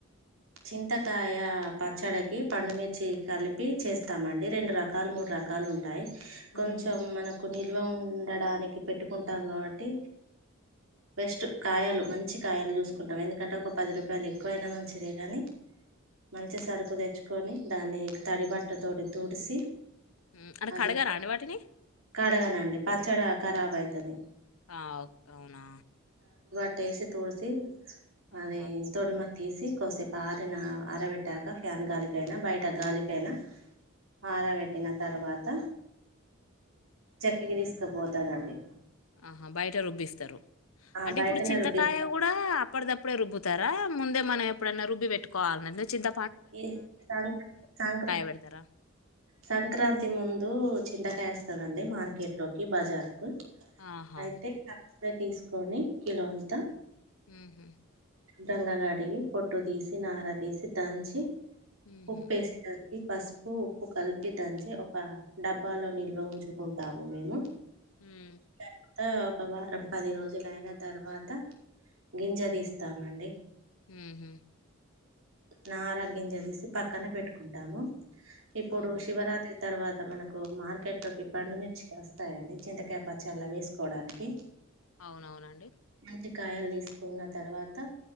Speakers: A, on the right; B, on the left.
A: చింతకాయ పచ్చడికి పండుమిర్చి కలిపి చేస్తామండి రెండు రకాలు మూడు రకాలు ఉంటా టాయి
B: హ్మ్
A: కొంచెం మనకు నిల్వ ఉండడానికి పెట్టుకుంటాం కాబట్టి బెస్ట్ కాయలు మంచి కాయలు చూసుకుంటాం ఎందుకంటే ఒక పది రూపాయలు ఎక్కువైనా మంచి దే కానీ మంచి సరుకు తెచ్చుకొని దాన్ని తడి బట్ట తోటి తుడిసి
B: హ్మ్ అంటే
A: అది
B: కడగరా అండి వాటిని
A: కడగనండి పచ్చడి ఖరాబ్ అయితుది
B: ఆ అవునా
A: ట్టేసి తుడిసి అది
B: ఆహా
A: తొడుమ తీసి కొద్దిసేపు ఆరినా ఆరబెట్టాక ఫ్యాన్ గాలికైనా బయట గాలికైనా ఆరా పెట్టిన తర్వాత చెక్క్కకి తీసుకుపోతారండి
B: ఆహా బయట రుబ్బిస్తారు
A: ఆ
B: అంటే
A: బయటనే
B: ఇప్పుడు చింతకాయ
A: రుబ్బిస్తా
B: కూడా అప్పటిదప్పుడే రుబ్బుతారా ముందే మనం ఎప్పుడన్నా రుబ్బి పెట్టుకోవాలన చింత
A: ఈ సంక సంక్ర
B: పెడతారా
A: సంక్రాంతి ముందు చింత తెస్తానండి మార్కెట్ లోకి బజార్ కు
B: ఆహా!
A: అయితే తీసుకొని కిలో అంతా
B: హహ
A: గాగాడిగి పొట్టు తీసి నారా తీసి దంచి
B: హుహు.
A: ఉప్పుేసి దంచి పసుపు ఉప్పు కలిపి దంచి ఒక డబ్బాలో నిల్వ ఉంచుకుంటాము మేము
B: ఉమ్
A: తర్వాత ఒక వారం పది రోజులు అయిన తర్వాత గింజ తీస్తామండి
B: హు హ్మ్
A: నా ఆరోగ్యం చదిసి పక్కన పెట్టుకుంటాము ఇప్పుడు
B: ఆహా!
A: శివరాత్రి తర్వాత మనకు మార్కెట్ లోకి పండుమిర్చి వస్తాయంండి చింతకాయపచ్చలా వేసుకోవడానికి
B: అవునవునండి
A: మంచి కాయలు తీసుకున్న తర్వాత